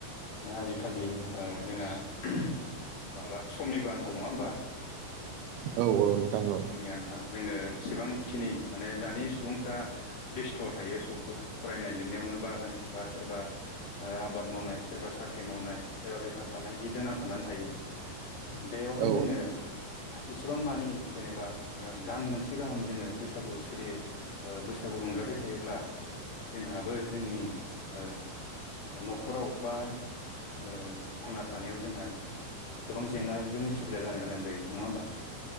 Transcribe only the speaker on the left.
आजिखालि ओ जोंहा माबा समनिबो आंखाल नङा होमबा
समनि आंखाल जोङो इसेबांखिनि माने दानि सुबुंफोरा बेस्थ' थायो सबबो फरायनाय लिरनायावनो बा होन बा सोरबा ओ आबाद मावनाय सोरबा साख्रि मावनाय सोरबा बेफार फालांगिजों नांथाबनानै थायो। बेयावहाय
जोङो इसेबां मानि जेनेबा दान मोनसे गाहाम जोङो बैसागु सोलि बैसागु रंजाबाय थायोब्ला जोंहाबो जोंनि ओ न'खराव बा ओ थांना थानायाव जोंहा गोबां जेंनाजों उसुबिदा जानो गोनां जायो नङा होमबा?